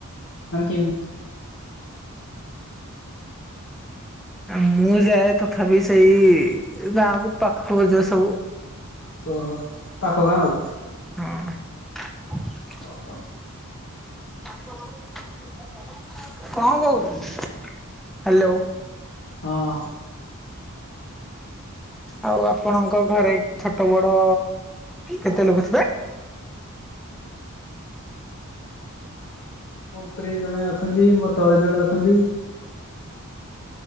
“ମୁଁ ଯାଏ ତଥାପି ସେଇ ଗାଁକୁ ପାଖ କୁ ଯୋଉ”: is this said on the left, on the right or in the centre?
Centre